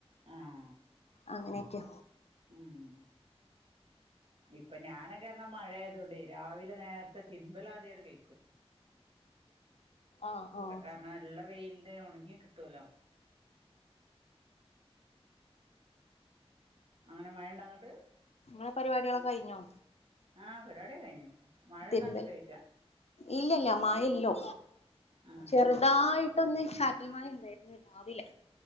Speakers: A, on the right (about 60°); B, on the left (about 80°).
A: ആഹ്
B: അങ്ങനെക്ക്യ
A: ആഹ് ഇപ്പ ഞാനൊക്കർഞ്ഞ മഴയാതോണ്ടെയ് രാവിലെ നേര്ത്തെ തിരുമ്പലാദ്യണ്ട് കഴ്ക്കും.
B: ആഹ് ആഹ്
A: കാര്ണം ഇള്ള വെയ്ൽന് ഒണങ്ങി കിട്ടോലൊ അങ്ങന മഴണ്ടൊ അങ്ങ്ട്ട്
B: നിങ്ങളെ പരിപാടികളൊക്കെ കഴിഞ്ഞോ
A: ആഹ് പരിപടിയൊക കഴ്ഞ്ഞ് മഴണ്ടൊ
B: തിരുമ്പൽ
A: അങ്ങ്ട്ടൊയ്ക്ക
B: ഇല്ലല്ല മഴല്ലൊ
A: ആഹ്
B: ചെറ്തായി ട്ടൊന്ന് ചാറ്റൽമഴ ഇണ്ടായിർന്നു രാവിലെ